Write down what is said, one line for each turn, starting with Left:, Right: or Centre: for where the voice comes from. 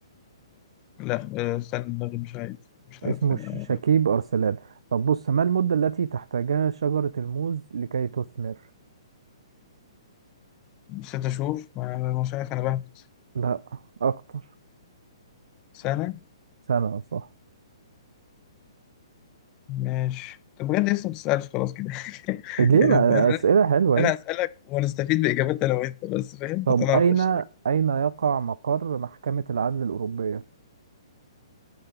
Left: لا آه، استنى دماغي مش عارف مش
Right: اسمه
Left: عارف أنا
Right: ش- شكيب أرسلان طب بص ما المدة التي تحتاجها شجرة الموز لكي تثمر
Left: نسيت أشوف ما- مش عارف أنا بهبت
Right: لا أكتر
Left: سنة
Right: سنة صح
Left: ماشي طب بجد لسه ما بتسألش خلاص كده <laughs>
Right: ليه ما
Left: يعني
Right: أسئلة حلوة
Left: أنا
Right: اهي
Left: هسألك ونستفيد بإجابات أنا وأنت بس فاهم
Right: طب
Left: ما طلعتش
Right: أين أين يقع مقر محكمة العدل الأوروبية